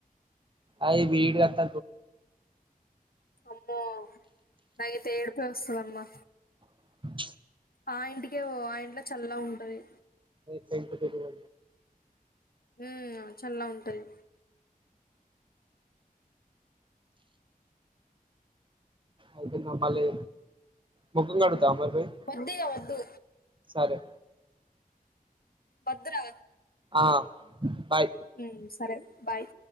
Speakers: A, on the right; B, on the left.
A: అయి వీడు కత
B: అమ్మో నాగైతే ఏడుపే వస్తుందమ్మా
A: అ
B: ఆ ఇంటికేవో ఆ ఇంట్లో చల్ల ఉంటుంది
A: పెంకుటిల్లు
B: ఊ చల్లగుటంది
A: అది మలే ముఖం కడుతా మరి పోయి
B: వద్దు్య వద్దు
A: సరే
B: పదరా
A: ఆ బాయ్
B: ఉ సరే బాయ్